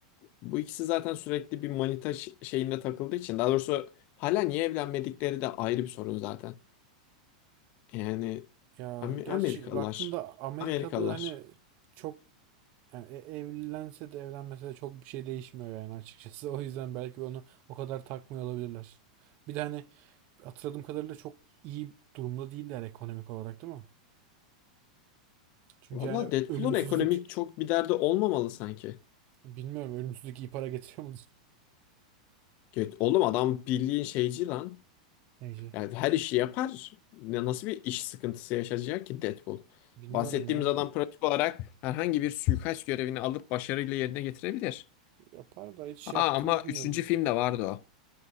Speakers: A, on the left; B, on the right.
A: Bu ikisi zaten sürekli bir manita ş- şeyinde takıldığı için. Daha doğrusu hala niye evlenmedikleri de ayrı bir sorun zaten. Yani
B: Ya
A: Am-
B: gerçi
A: Amerikalılar.
B: baktığında Amerika'da
A: Amerikalılar.
B: hani çok yani e- evlense de evlenmese de çok bir şey değişmiyor yani açıkçası. <laughs> O yüzden belki onu o kadar takmıyor olabilirler. Bir de hani hatırladığım kadarıyla çok iyi durumda değiller ekonomik olarak değil mi? Çünkü
A: Valla
B: yani
A: Deadpool'un
B: ölümsüzlük
A: ekonomik çok bir derdi olmamalı sanki.
B: bilmiyorum ölümsüzlük iyi para getiriyor mu?
A: Evet, oğlum adam bildiğin şeyci lan.
B: Neyse.
A: Yani her işi yapar. Ne- Nasıl bir iş sıkıntısı yaşayacak ki Deadpool?
B: Bilmiyorum
A: Bahsettiğimiz
B: ya.
A: adam pratik olarak herhangi bir suikast görevini alıp başarıyla yerine getirebilir.
B: Yapar da hiç
A: Aa,
B: yaptığını
A: ama
B: bilmiyoruz.
A: üçüncü filmde vardı o.